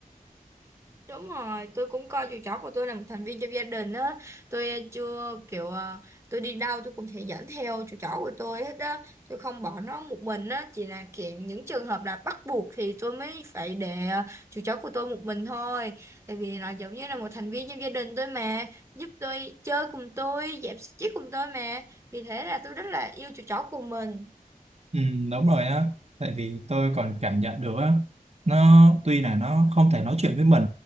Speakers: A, on the right; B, on the right.
A: Đúng rồi, tôi cũng coi chú chó của tôi là một thành viên trong gia đình á. Tôi ờ, chưa kiểu ờ, tôi đi đâu tôi cũng sẽ dẫn theo chú chó của tôi hết á. Tôi không bỏ nó một mình á, chỉ là kiểu những trường hợp là bắt buộc thì tôi mới phải để ờ, chú chó của tôi một mình thôi. Tại vì nó giống như là một thành viên trong gia đình tôi mà, giúp tôi chơi cùng tôi, giảm stress cùng tôi mà. Vì thế là tôi rất là yêu chú chó của mình.
B: Ừ, đúng rồi á tại vì tôi còn cảm nhận được á nó tuy là nó không thể nói chuyện với mình